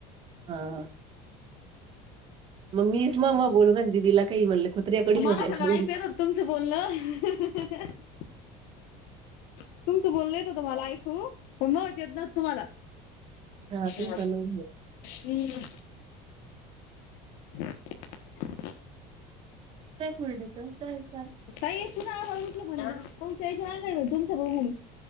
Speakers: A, on the right (about 35°); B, on the left (about 70°).
A: हा.. मग मीच मग मग बोलू राहिली दिदीला काही म्हणलं कुत्रे रेकॉर्डिंग
B: मला
A: होते याच्यामध्ये
B: सग ऐक तुमचं बोललं... <inaudible> तुमचं बोलण येत होत मला ऐकू मग येत ना तुम्हाला...
A: हा तुमचं
B: ह
A: नाव
B: हम्... एक...
A: का वडच...
B: काय पुन्हा आघितलं म्हला पण शची वांगा तुमचं ब म्हली...